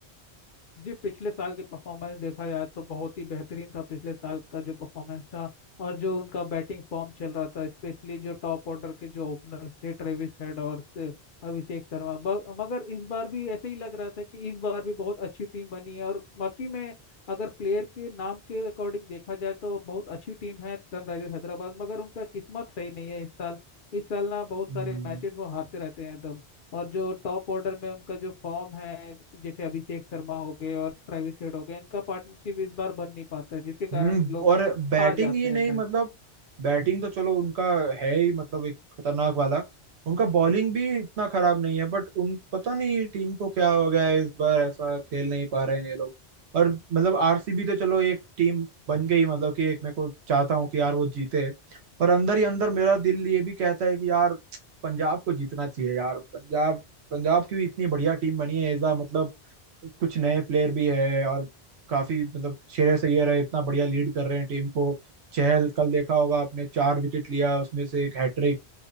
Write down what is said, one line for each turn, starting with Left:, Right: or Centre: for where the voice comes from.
Left: जी पिछले साल की परफॉर्मेंस देखा जाए तो बहुत ही बेहतरीन था पिछले साल का जो परफॉर्मेंस था और जो उनका बैटिंग फॉर्म चल रहा था स्पेशली जो टॉप ऑर्डर के जो ओपनर्स थे ट्रेविस हेड और से- अभिषेक शर्मा ब- मगर इस बार भी ऐसे ही लग रहा था कि इस बार भी बहुत अच्छी टीम बनी है और बाकी में अगर प्लेयर के नाम के अकॉर्डिंग देखा जाए तो बहुत अच्छी टीम है सनराइजर्स हैदराबाद मगर उनका किस्मत सही नहीं है इस साल इस साल ना बहुत
Right: हम्म
Left: सारे मैचेस वो हारते रहते हैं एकदम और जो टॉप ऑर्डर में उनका जो फॉर्म है जैसे अभिषेक शर्मा हो गए और ट्रेविस हेड हो गए इनका पार्टनरशिप इस बार बन नहीं पाता है जिसके कारण
Right: हम्म
Left: लोग
Right: और बैटिंग
Left: हार जाते
Right: ही नहीं
Left: हैं मैच
Right: मतलब बैटिंग तो चलो उनका है ही मतलब एक खतरनाक वाला उनका बॉलिंग भी इतना खराब नहीं है बट उन पता नहीं टीम को क्या हो गया है इस बार ऐसा खेल नहीं पा रहे हैं ये लोग और मतलब आरसीबी तो चलो एक टीम बन गई मतलब कि एक मेरे को चाहता हूँ कि यार वो जीते पर अंदर ही अंदर मेरा दिल ये भी कहता है कि यार पंजाब को जीतना चाहिए यार पंजाब पंजाब की भी इतनी बढ़िया टीम बनी है इस बार मतलब कुछ नए प्लेयर भी है और काफी मतलब श्रेयस अय्यर है इतना बढ़िया लीड कर रहे हैं टीम को चहल कल देखा होगा आपने चार विकेट लिया उसमें से एक हैट्रिक